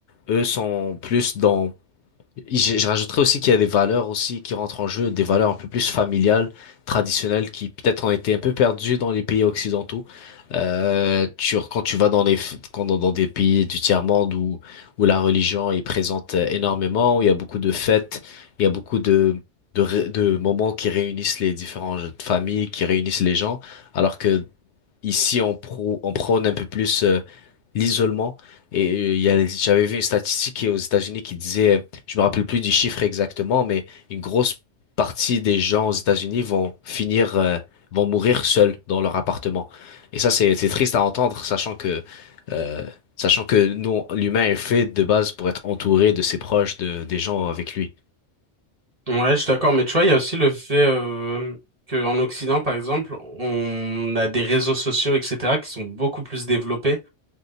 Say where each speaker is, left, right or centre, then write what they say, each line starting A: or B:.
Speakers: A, on the left (about 70°); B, on the right (about 30°).
A: eux sont plus dans je, je rajouterais aussi qu'il y a des valeurs aussi qui rentrent en jeu, des valeurs un peu plus familiales, traditionnelles, qui peut-être ont été un peu perdues dans les pays occidentaux. Euh, tu, quand tu vas dans les, quand, dans, dans des pays du tiers-monde où, où la religion est présente euh, énormément, où il y a beaucoup de fêtes, il y a beaucoup de, de, ré- de moments qui réunissent les différentes familles, qui réunissent les gens, alors que ici on, pro, on prône un peu plus euh, l'isolement. Et euh, il y a- j'avais vu une statistique aux États-Unis qui disait, je me rappelle plus du chiffre exactement, mais une grosse partie des gens aux États-Unis vont finir, euh, vont mourir seuls dans leur appartement. Et ça, c'est c'est triste à entendre, sachant que euh, sachant que nous, l'humain est fait de base pour être entouré de ses proches, de des gens avec lui.
B: Ouais, je suis d'accord, mais tu vois, il y a aussi le fait euh, qu'en Occident, par exemple, on a des réseaux sociaux, etc., qui sont beaucoup plus développés